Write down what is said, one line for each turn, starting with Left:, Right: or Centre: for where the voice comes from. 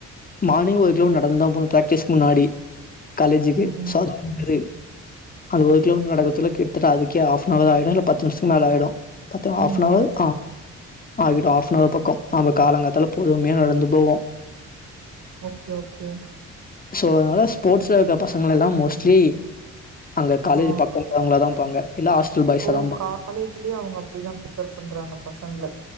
Left: மார்னிங் ஒரு கிலோ மீட்டர் நடந்து தா போனு பிராக்டிஸ்கு முன்னாடி காலேஜிக்கு
Right: ம்
Left: சவ்த் <inaudible> அது ஒரு கிலோ மீட்டர் நடக்கர்த்துக்குல்ல கிட்டத்தட்ட அதுக்கே ஆஃப்னவர் ஆயிடும் இல்ல பத்து நிமிசத்துக்கு மேல ஆயிடும் பத்து
Right: ம்
Left: ஆஃபன் அவர்‌ ஆ அங்குட்டு ஆஃப் இன்னொரு பக்கோ நாங்க காலங்காத்தால பொறுமயா நடந்து போவோ
Right: ஓகே ஓகே
Left: சோ அதனால ஸ்போர்ட்ஸ்ல இருக்க பசங்கலெலா மோஸ்ட்லி அங்க காலேஜ்
Right: ஆ
Left: பக்கோ அவுங்களாதாம்பாங்க இல்ல ஹாஸ்டல் பாய்ஸ்ஸதாம்பாங்க
Right: ஓ காலேஜ்லயே அவங்க அப்டிதா ப்ரிஃபர் பண்றாங்க பசங்கள